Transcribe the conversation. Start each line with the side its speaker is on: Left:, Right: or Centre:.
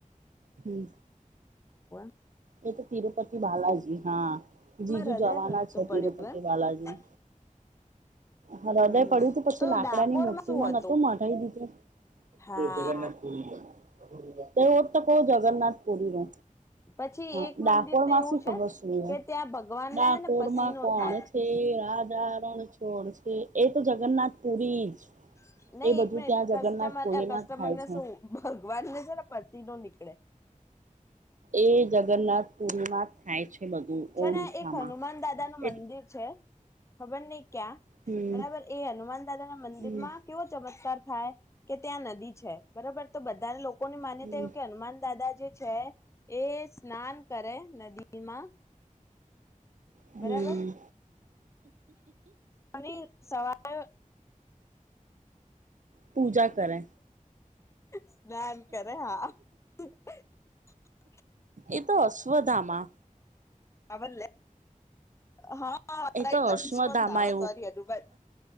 Right: હમ
Left: હ
Right: એ તો તિરુપતિ બાલાજી હા, જીજુ
Left: હૃદય
Right: જવાના
Left: નતું
Right: છે,
Left: પડ્યું
Right: તિરુપતિ
Left: એમ
Right: બાલાજી
Left: <inaudible>
Right: હૃદય
Left: હમ
Right: પડ્યું તું પછી
Left: તો
Right: લાકડાની
Left: ડાકોરમાં
Right: મૂર્તિ
Left: શું
Right: માં
Left: હતું
Right: નતુ મઢાઈ દીધું.
Left: હા
Right: એ જગન્નાથ પુરી તોવ તો કવ જગન્નાથ પુરી નુ
Left: પછી
Right: હ
Left: એક
Right: ડાકોર
Left: મંદિર તો
Right: માં
Left: એવું
Right: શુ ખબર છે
Left: કે ત્યાં ભગવાનને
Right: ડાકોર
Left: ને પસીનો
Right: માં કોણ
Left: થાય
Right: છે, રા જા રણછોડ છે એ તો જગન્નાથ પુરી જ
Left: <inaudible> નહી
Right: એ બધું
Left: એક મિનિટ
Right: ત્યાં
Left: કસ્ટમર
Right: જગન્નાથ પુરીમાં
Left: કસ્ટમર
Right: જ થાય
Left: ને
Right: છે.
Left: શું ભગવાનને છે ને પર્ચી નો નીકળે
Right: એ જગન્નાથ પૂરીવાર થાય છે બધું
Left: છે
Right: ઓડિશામાં
Left: ને એક હનુમાન દાદા નું
Right: એ
Left: મંદિર છે ખબર નહીં ક્યાં
Right: હમ
Left: બરાબર એ હનુમાન દાદા ના મંદિર
Right: હમ
Left: માં કેવો ચમત્કાર થાય કે ત્યાં નદી છે બરોબર તો બધા લોકોની માન્યતા
Right: હમ
Left: એવુ કે હનુમાન દાદા જે છે એ સ્નાન કરે નદીમાં
Right: હમ
Left: બરાબર <inaudible> સવારે
Right: પૂજા કરે
Left: સ્નાન કરે હા હ
Right: એ તો અશ્વધામાં
Left: આ વ લે હા હા
Right: એ
Left: રા
Right: તો અશ્વધામાં
Left: <inaudible> અશ્વધાવા સારી અનુબંધ